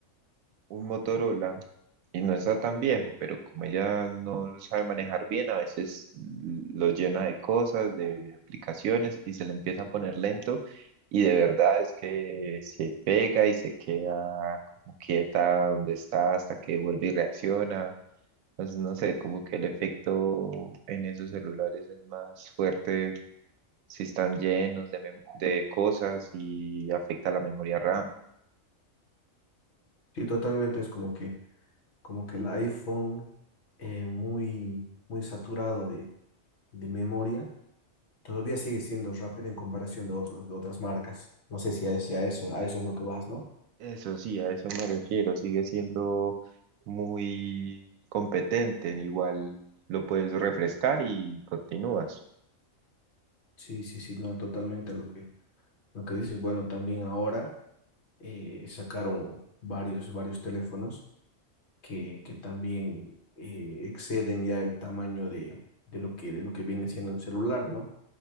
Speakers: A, on the right (about 85°); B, on the left (about 55°).
A: un Motorola y no está tan viejo, pero como ella no lo sabe manejar bien, a veces mm, lo llena de cosas, de aplicaciones y se le empieza a poner lento y de verdad es que se pega y se queda como quieta donde está hasta que vuelve y reacciona. Entonces, no sé, como que el efecto en esos celulares es más fuerte si están llenos de, mem- de cosas y afecta la memoria RAM.
B: Sí, totalmente, es como que, como que el iPhone eh, muy, muy saturado de, de memoria Todavía sigue siendo rápido en comparación de otros, de otras marcas. No sé si a, si a eso, a eso es lo que vas, ¿no?
A: Eso sí, a eso me refiero. Sigue siendo muy competente. Igual lo puedes refrescar y continúas.
B: Sí, sí, sí, no, totalmente lo que, lo que dices. Bueno, también ahora eh, sacaron varios, varios teléfonos que, que también eh, exceden ya el tamaño de, de lo que, de lo que viene siendo un celular, ¿no?